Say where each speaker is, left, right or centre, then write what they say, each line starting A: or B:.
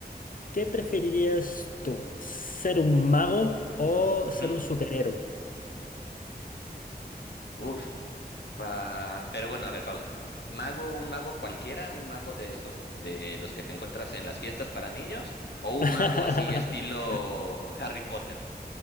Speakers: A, on the left (about 55°); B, on the left (about 85°).
A: ¿qué preferirías tú? ¿Ser un mago o
B: Ujú.
A: ser un superhéroe?
B: Uf, ah, pero bueno, a ver, pausa. Mago, un mago cualquiera, un mago de esos, de los que te encuentras en las fiestas para niños, o un
A: <laughs>
B: mago así estilo Harry Potter.